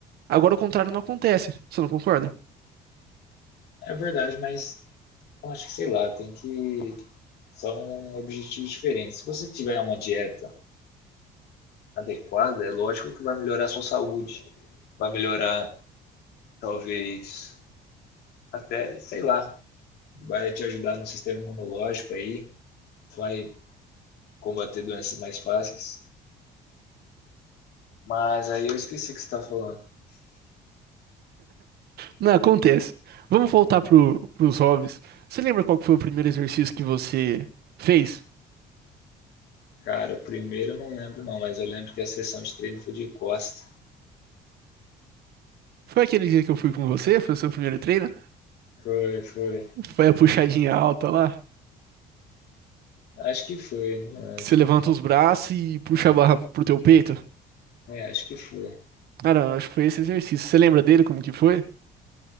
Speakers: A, on the right (about 70°); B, on the left (about 75°).
A: Agora, o contrário não acontece. Você não concorda?
B: É verdade, mas eu acho que, sei lá, tem que. São objetivos diferentes. Se você tiver uma dieta adequada, é lógico que vai melhorar a sua saúde. Vai melhorar, talvez, até, sei lá, vai te ajudar no sistema imunológico aí. Vai combater doenças mais fáceis. Mas aí eu esqueci o que você estava falando.
A: Não, acontece. Vamos voltar pro, pros hobbies. Você lembra qual que foi o primeiro exercício que você fez?
B: Cara, o primeiro eu não lembro não, mas eu lembro que a sessão de treino foi de costa.
A: Foi aquele dia que eu fui com você? Foi o seu primeiro treino?
B: Foi, foi.
A: Foi a puxadinha alta lá?
B: Acho que foi, não
A: Que
B: lembro.
A: você levanta os braços e puxa a barra pro teu peito?
B: É, acho que foi.
A: Cara, acho que foi esse exercício. Você lembra dele como que foi?